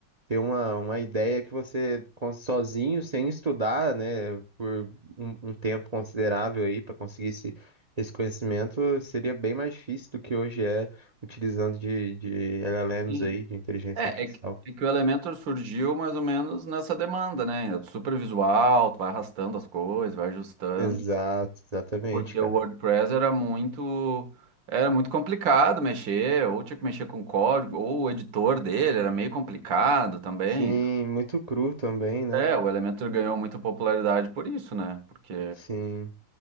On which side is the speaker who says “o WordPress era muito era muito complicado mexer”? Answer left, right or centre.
Right